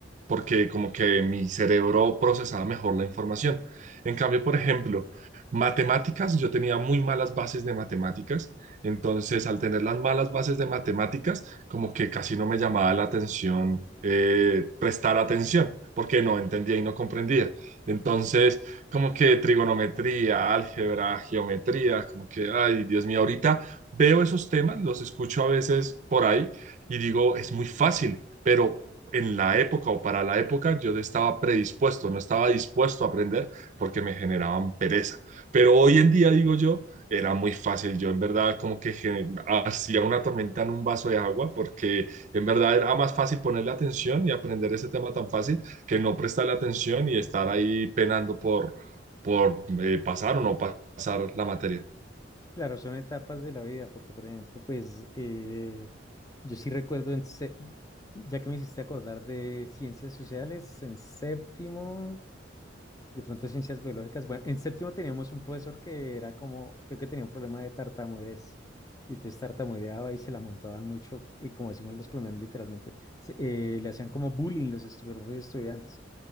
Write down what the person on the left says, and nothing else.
Claro, son etapas de la vida, porque por ejemplo, pues eh, yo sí recuerdo, en se- ya que me hiciste acordar de ciencias sociales, en séptimo. De pronto ciencias biológicas. Bueno, en séptimo teníamos un profesor que era como, creo que tenía un problema de tartamudez. Y entonces tartamudeaba y se la montaban mucho. Y como decimos los colombianos literalmente, se- eh, le hacían como bullying los estu- propios estudiantes.